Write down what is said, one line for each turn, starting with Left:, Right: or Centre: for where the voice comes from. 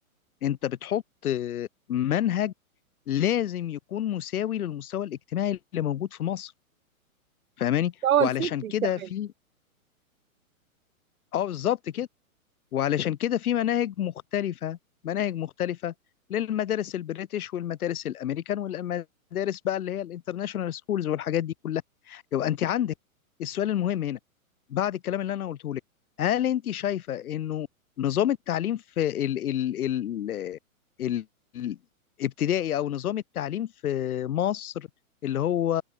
Left: انت بتحط آه، منهج لازم يكون مساوي للمستوى الاجتماعي اللي موجود في مصر فاهماني
Right: هو
Left: وعلشان
Right: الفكري
Left: كده
Right: كمان
Left: في اه بالظبط كده وعلشان كده في مناهج مختلفة مناهج مختلفة للمدارس البريتش والمدارس الامريكان والمدارس بقى اللي هي الانترناشونال سكولز والحاجات دي كلها يبقى انت عندك السؤال المهم هنا بعد الكلام اللي انا قلته لك هل انت شايفه انه نظام التعليم في ال ال ال ال الابتدائي او نظام التعليم في مصر اللي هو